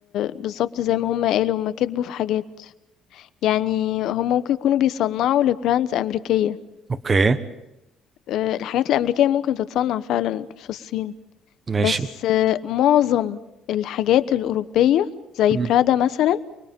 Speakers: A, on the left (about 65°); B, on the right (about 25°).
A: بالضبط زي ما هُم قالوا، هُم كدبوا في حاجات. يعني هم ممكن يكونوا بيصنّعوا لbrands أمريكية،
B: أوكي
A: آآ الحاجات الأمريكية ممكن تتصنّع فعلًا في الصين،
B: ماشي
A: بس آه، معظم الحاجات الأوروبية زي
B: مم.
A: prada مثلًا